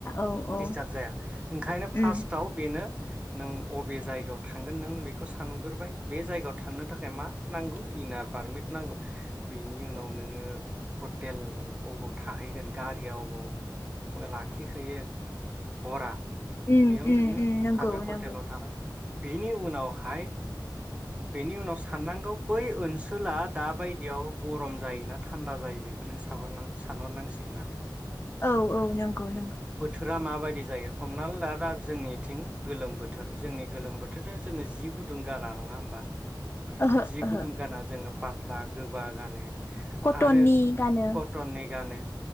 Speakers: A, on the left; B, on the right.
A: औ औ
B: दिस्टार्ब जाया ओंखायनो फारसटाव
A: उम
B: बे नो नों अबे जायगायाव थांगोन नों बेखौ सानग्रोबाय बे जायगायाव थांनो थाखाय मा नांगौ इनार पारमिट नांगौ बेनि उनाव नोङो हटेल अबाव थाहैगोन गारिया अबाव मो लाखिखायो हरा
A: उम
B: बेयाव
A: उम
B: नोङो
A: उम नंगौ
B: थाबाय हटेलाव
A: नंगौ
B: थाबाय । बिनि उनावहाय बेनि उनाव साननांगौ बै ओनसोला दाबायदियाव गरम जायो ना थान्दा जायो बेखौ नों सानहर सानहरनांसिगोन आरो ।
A: औ औ नंगौ नंगौ ।
B: बोथोरा माबायदि जायो हमना दा दा जोंनिथिं गोलोम बोथोर जोंनि गोलोम बोथोरथ' जोङो जि गुदुं गाना नङा होमबा?
A: ओहो
B: जि
A: ओहो
B: गुदुं गाना जोङो पाथ्ला गो गोबा गानो,
A: कटननि
B: आरो
A: गानो
B: कटननि गानो ।